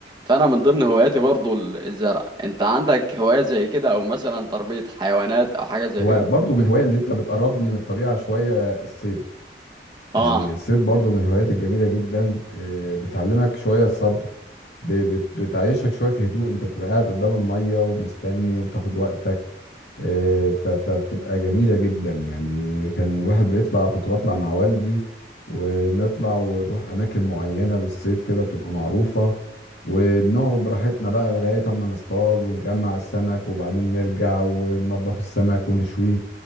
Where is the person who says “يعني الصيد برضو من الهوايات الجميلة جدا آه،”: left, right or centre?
Left